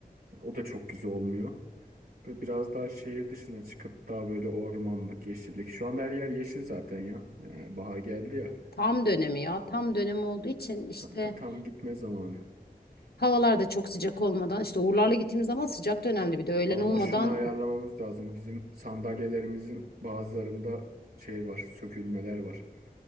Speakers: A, on the right; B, on the left.
A: O da çok güzel olmuyor. Böyle biraz daha şehir dışına çıkıp daha böyle ormanlık, yeşillik. Şu anda her yer yeşil zaten ya. Ee, bahar geldi ya.
B: Tam dönemi ya. Tam dönemi olduğu için işte
A: Tam, ta- tam gitme zamanı.
B: havalar da çok sıcak olmadan işte Uğurlar'la gittiğimiz zaman sıcak dönemde bir de öğlen
A: Ama
B: olmadan
A: şunu ayarlamamız lazım. Bizim sandalyelerimizin bazılarında şey var, sökülmeler var.